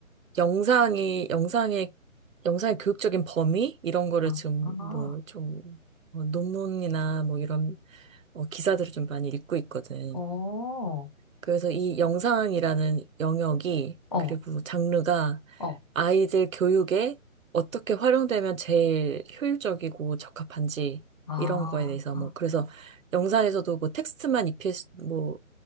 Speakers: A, on the right (about 70°); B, on the left (about 30°).
A: 영상이, 영상의, 영상의 교육적인 범위? 이런 거를
B: 아,
A: 지금
B: 아,
A: 뭐 좀, 어, 논문이나 뭐 이런 어, 기사들을 좀 많이 읽고 있거든.
B: 오,
A: 그래서 이 영상이라는 영역이,
B: 어,
A: 그리고 장르가
B: 어,
A: 아이들 교육에 어떻게 활용되면 제일 효율적이고 적합한지,
B: 아,
A: 이런 거에 대해서
B: 아,
A: 뭐, 그래서 영상에서도 뭐 텍스트만 입힐, 수- 뭐,